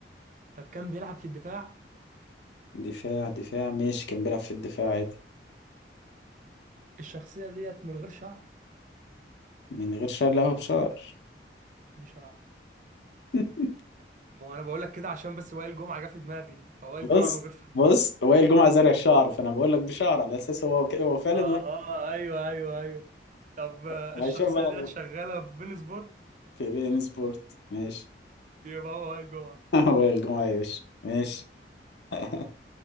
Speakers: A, on the right; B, on the left.
A: طب كان بيلعب في الدفاع
B: دفاع دفاع ماشي كان بيلعب في الدفاع عادي
A: الشخصية ديت من غير شعر
B: من غير شعر لا هو بشعر
A: بشعر
B: <laughs>
A: لا ما هو انا بقول لك كده عشان بس وائل جمعة جه في دماغي فوائل جمعة
B: بص
A: من غير شعر
B: بص وائل جمعة زرع الشعر فانا بقول لك بشعر على اساس هو ك... هو فعلا
A: اه
B: وائل-
A: ايوه ايوه ايوه طب آه،
B: <laughs>
A: الشخصية
B: عشان بلغ
A: ديت شغالة في بين سبورت
B: في بي ان سبورت ماشي
A: يبقى هو وائل جمعة
B: <laughs> وائل جمعة يا باشا ماشي <laughs>